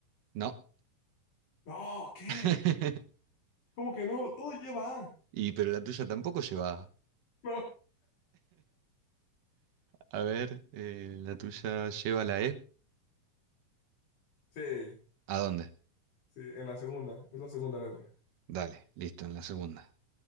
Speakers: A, on the right; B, on the left.
A: no.
B: No, ¿qué?
A: <laughs>
B: ¿Cómo que no? Todo lleva A.
A: Y pero la tuya tampoco lleva A.
B: No.
A: A ver, eh, la tuya lleva la E.
B: Sí,
A: ¿A dónde?
B: sí, en la segunda, es la segunda letra.
A: Dale, listo, en la segunda.